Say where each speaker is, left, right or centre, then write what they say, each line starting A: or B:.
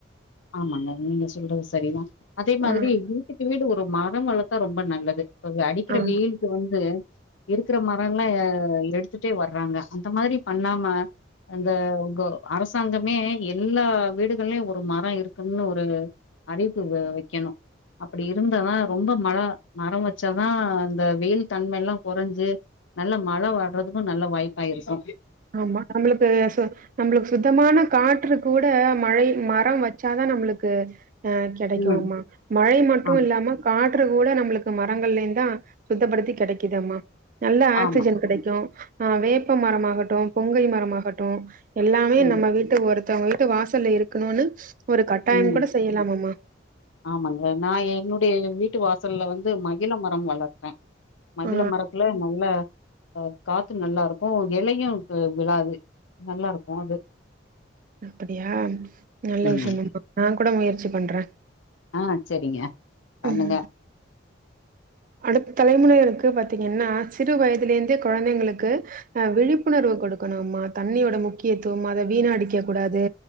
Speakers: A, on the left; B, on the right.
A: ஆமாங்க நீங்க சொல்றது சரிதான் அதே மாதிரி
B: ம்
A: வீட்டுக்கு வீடு ஒரு மரம் வளத்தா ரொம்ப நல்லது இப்ப இங்க அடிக்கிற
B: ஆ.
A: வெயிலுக்கு வந்து இருக்குற மரலா ஆ எடுத்துட்டே வராங்க அந்த மாரி பண்ணாம அந்த ஒங்கோ அரசாங்கமே எல்லா வீடுகளிலு ஒரு மரோ இரு இருக்குனு ஒரு அறிவிப்பு வ வைக்கணு அப்டி இருந்தாதா ரொம்ப மழ மரோ வச்சாதா இந்த வெயில் தன்மைலா கொறைஞ்சு நல்ல மழ வர்றதுக்கு நல்ல வாய்ப்பா இருக்கு
B: ஆமா நம்புளுக்கு சொ நம்புளுக்கு சுத்தமான காற்று கூட மழை மரம் வச்சாதா நம்புளுக்கு அ கெடைக்கு
A: ம்
B: அம்மா மழை மட்டு
A: ஆமா
B: இல்லாம காற்று கூட நம்புளுக்கு மரங்களேந்தா சுத்தப்படுத்தி கெடைக்குதம்மா நல்ல ஆக்சிஜன்
A: ஆமா
B: கெடைக்கு ஆ வேப்ப மரமாகட்டு புங்கை மரமாகட்டு எல்லாமே
A: ம்
B: நம்ம வீட்டு ஒருத்தவங்க வீட்டு வாசல்ல இருக்கணுனு ஒரு கட்டாயம்
A: ம்
B: கூட செய்யலாம் அம்மா
A: ஆமாங்க நா என்னுடைய எங் வீட்டு வாசல்ல வந்து மகிழ மரம் வளர்த்தே மகிழ
B: ஆ
A: மரத்துல நல்ல அ காத்து நல்லாருக்கு எலயு வ விழாது நல்லாருக்கு அது
B: அப்டியா நல்ல
A: ம்
B: விஷயம்மா நா கூட முயற்சி பண்றே
A: ஆ சரிங்க பண்ணுங்க
B: ம். அடுத்த தலைமுறைகளுக்கு பாத்திங்கன்னா சிறு வயதுலேந்தே குழந்தைங்களுக்கு ஆ விழிப்புணர்வு குடுக்கணும்மா தண்ணியோட முக்கியத்துவம் அத வீணா அடிக்க கூடாது